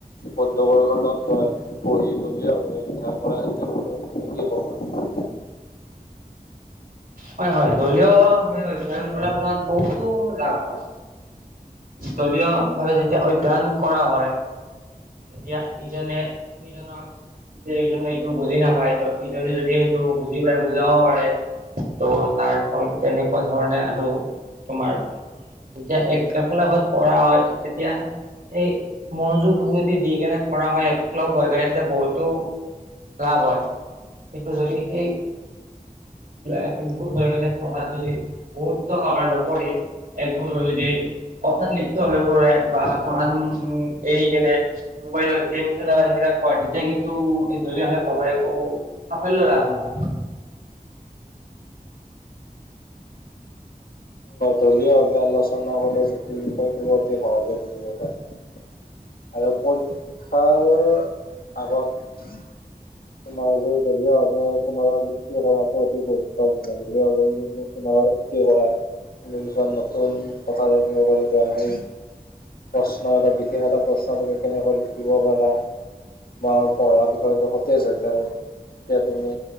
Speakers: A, on the left (about 80°); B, on the right (about 70°).
A: বন্ধু বৰ্গৰ লগত পহে। পঢ়ি দলীয় ভাবে ধ্যান কৰা সেইটোৰ বিষয়ত তুমি কি ক'বা?
B: হয় হয় দলীয় অধ্যয়ন কৰাৰ ফলত বহুতো লাভ হয়। দলীয় ভাৱে যেতিয়া অধ্যয়ন কৰা হয়। তেতিয়া ইজনে সিজনক ইজনে এইটো বুজি নাপায় ত সিজনে যদি সেইটো বুজি পায় বুজাব পাৰে। ত তাৰ ফল তেনেকুৱা ধৰণে আৰু তোমাৰ যেতিয়া একভত পঢ়া হয় তেতিয়া সেই মনোযোগ যদি দি কেনে কৰা হয় এককলগ হৈ কেনে তেতিয়া বহুতো লাভ হয়। কিন্তু যদি সেই একগোট হৈ কেনে পঢ়াত যদি গুৰুত্ব নকৰি, একগোট হৈ যদি কথাত লিপ্ত হৈ পৰে বা পঢ়াত উ এৰি কেনে মোবাইলত গেম খেলা বা সেইবিলাক কৰে তেতিয়া কিন্তু এই দলীয়ভাৱে পঢ়াই একো সাফল্যলাভ নহয়।
A: দলীয়ভাৱে আলোচনা কৰে জটিল বিষয়টো অতি সৰজে বুজিব পাৰি। আৰু পৰীক্ষাৰ আগত তোমাৰ দলিয় ভাবে পুনৰাবৃত্তি কৰাটো অতি গুৰুত্বপূৰ্ণ। দলীয় ভাবে যদি তুমি পুনৰাবৃত্তি কৰা, তুমি কিছমান নতুন কথা জানিব পাৰিব সেই প্ৰশ্ন এটা বিশেষ এটা প্ৰশ্ন তুমি কেনেকৈ লিখিব পাৰা তোমাৰ পঢ়া বিষয়টো তেজ হৈ থাকে। তেতিয়া তুমি